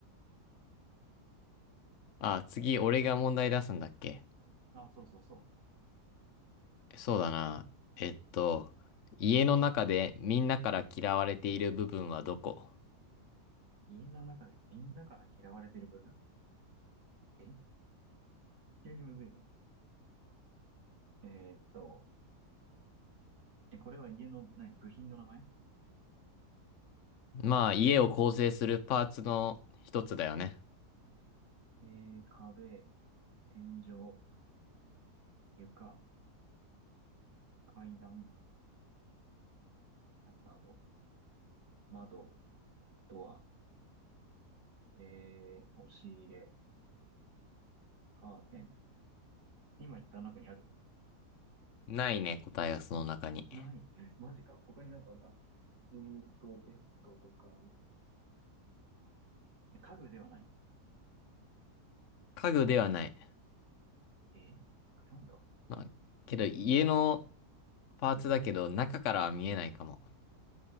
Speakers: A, on the left; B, on the right.
A: あ、次、俺が問題出すんだっけ
B: あ、そうそうそう。
A: そうだな。えっと、家の中でみんなから嫌われている部分はどこ
B: 家の中でみんなから嫌われてる部分。え、急にむずいぞ。えーっと、え、これは家の、何、部品の名前
A: まあ、家を構成するパーツの一つだよね。
B: えー、壁、天井、床、階段、なんだ、あと、窓、ドア、えー、押し入れ、カーテン。今言った中にある
A: ないね、答えがその中に。
B: <laughs> ない。マジか。他になんかあるかなえーと、ベッドとか、家具ではない。
A: 家具ではない。
B: えなんだ
A: まあ、けど家のパーツだけど中からは見えないかも。
B: うん。